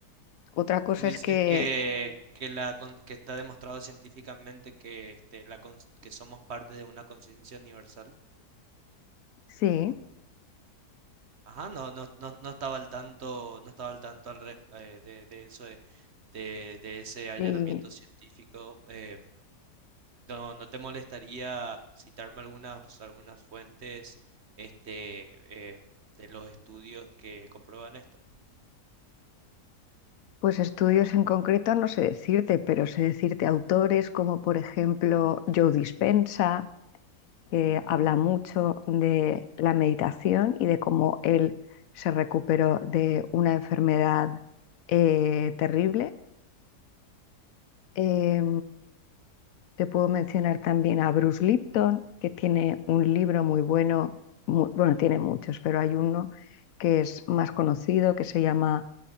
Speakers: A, on the left; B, on the right.
A: Otra cosa
B: Tú dices
A: es que
B: que, que, la, con- que está demostrado científicamente que, este, la, cons- que somos parte de una conciencia universal.
A: sí,
B: Ajá, no, no, no, no estaba al tanto, no estaba al tanto al res- eh, de, de eso de, de- de ese allanamiento
A: sí,
B: científico. Eh, no, ¿no te molestaría citarme algunas, algunas fuentes este, eh, de los estudios que comprueban esto?
A: pues estudios en concreto no sé decirte, pero sé decirte autores como por ejemplo Joe Dispenza que habla mucho de la meditación y de cómo él se recuperó de una enfermedad eh, terrible. Eh, te puedo mencionar también a Bruce Lipton, que tiene un libro muy bueno, mu- bueno, tiene muchos, pero hay uno que es más conocido, que se llama